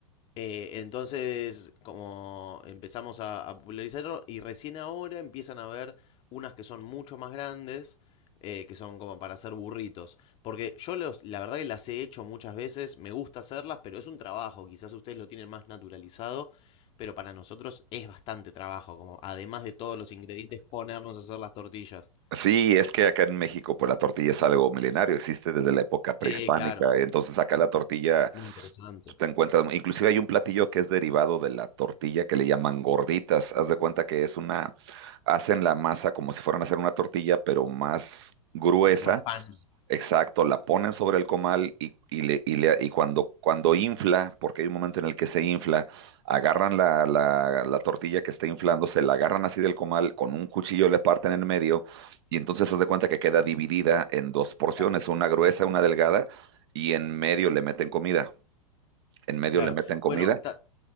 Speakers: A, on the left; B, on the right.
A: eh, entonces, como empezamos a, a popularizarlo y recién ahora empiezan a ver unas que son mucho más grandes, eh, que son como para hacer burritos. Porque yo los, la verdad que las he hecho muchas veces, me gusta hacerlas, pero es un trabajo, quizás ustedes lo tienen más naturalizado, pero para nosotros es bastante trabajo, como además de todos los ingredientes, ponernos a hacer las tortillas.
B: Sí, es que acá en México, pues la tortilla es algo milenario, existe desde la época prehispánica,
A: Sí, claro,
B: entonces acá la tortilla
A: muy interesante.
B: tú te encuentras, inclusive hay un platillo que es derivado de la tortilla que le llaman gorditas, haz de cuenta que es una, hacen la masa como si fueran a hacer una tortilla, pero más gruesa,
A: Más pan.
B: exacto, la ponen sobre el comal y, y le, y le- y cuando, cuando infla, porque hay un momento en el que se infla, agarran la, la la tortilla que está inflando, se la agarran así del comal, con un cuchillo le parten en medio y entonces haz de cuenta que queda dividida en dos porciones,
A: Claro.
B: una gruesa, una delgada, y en medio le meten comida. En medio
A: Claro.
B: le meten comida.
A: Bueno, ta-